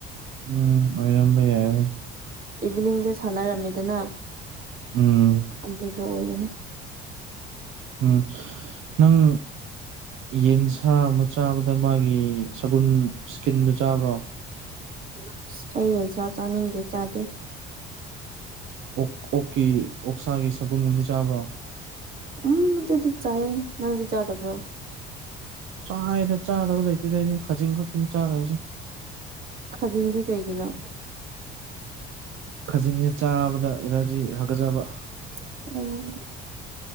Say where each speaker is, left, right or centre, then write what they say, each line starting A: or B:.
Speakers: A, on the right; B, on the right.
A: ꯎꯝ ꯑꯣꯏꯔꯝꯕ ꯌꯥꯏ ꯍꯣꯏ
B: ꯏꯚꯤꯅꯤꯡꯗ ꯁꯥꯟꯅꯔꯝꯃꯤꯗꯅ
A: ꯎꯝ
B: ꯑꯗꯨꯗꯣ ꯑꯣꯏꯒꯅꯤ
A: ꯎꯝ ꯅꯪ ꯌꯦꯟꯁꯥ ꯑꯃ ꯆꯥꯕꯗ ꯃꯥꯒꯤ ꯁꯒꯨꯟ ꯁ꯭ꯀꯤꯟꯗꯣ ꯆꯥꯕ꯭ꯔꯣ
B: <unintelligible> ꯑꯩ ꯌꯦꯟꯁꯥ ꯆꯥꯅꯤꯡꯗꯦ ꯆꯥꯗꯦ
A: ꯑꯣꯛ ꯑꯣꯛꯀꯤ ꯑꯣꯛꯁꯥꯒꯤ ꯁꯒꯨꯟꯕꯨꯨꯗꯤ ꯆꯥꯕ꯭ꯔꯣ
B: ꯎꯝ ꯑꯗꯨꯗꯤ ꯆꯥꯏꯌꯦ ꯅꯪꯗꯤ ꯆꯥꯗꯕ꯭ꯔꯣ
A: ꯆꯥꯏꯌꯦꯗ ꯆꯥꯗꯕ ꯂꯩꯇꯦꯗ ꯑꯩꯗꯤ ꯈꯖꯤꯡ ꯈꯛꯇꯅꯤ ꯆꯥꯗꯕꯁꯦ
B: ꯈꯖꯤꯡꯗꯤ ꯀꯩꯒꯤꯅꯣ
A: ꯈꯖꯤꯡꯁꯦ ꯆꯥꯕꯗ ꯑꯦꯂꯔꯖꯤ ꯍꯥꯒꯖꯕ
B: ꯑꯣ